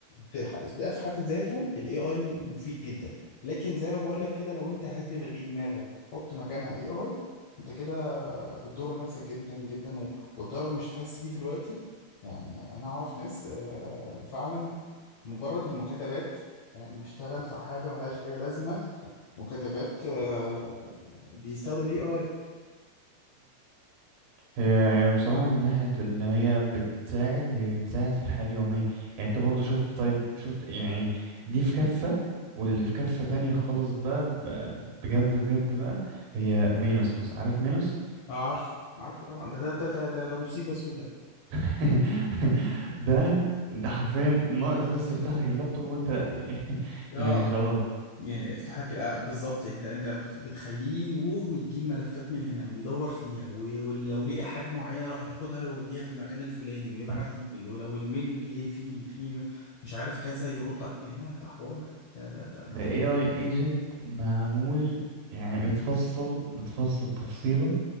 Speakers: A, on the left (about 80°); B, on the right (about 85°).
A: في ح- ده في حد ذاته الاي اي مفيد جدا لكن زي ما بقول لك كده لو انت هتلغي دماغك وتحط مكانها الاي اي انت كده بتضر نفسك جدا جدا و- والضرر مش هتحس بيه دلوقتي يعني انا اعرف ناس آه، فعلا مجرد المكاتبات يعني بيشتغل في حاجة ملهاش أي لازمة مكاتبات آه، بيستخدم الاي اي
B: هي هي بصراحة من ناحية اللي هي بتساعد هي بتساعد في الحياة اليومية يعني انت برضو شفت طيب شفت يعني دي في كفة واللي في كفة تانية خالص بقى ب- بجد بجد بقى هي مينوس مثلا عارف مينوس
A: اه عارف عارفه طبعا ده ده ده ده, ده, ده مصيبة سودة
B: <laughs> ده ده حرفيا ناقص بس يفتح لك اللابتوب وانت <laughs>
A: اه
B: يعني خلاص
A: يعني افتح لك الأ- بالظبط انت انت بت- بتخليه يروح ويجيب ملفات من هنا ويدور فيها و- ولو لقى حاجه معينه يروح ياخدها ويوديها في المكان الفلاني ويبعت
B: بس
A: ميل ولو الميل جه فيه فيه مش عارف كذا يرد ع- يا ده حوار ده ده ده ده
B: ده
A: حوار
B: AI agent معمول يعني متفصل متفصل تفصيلة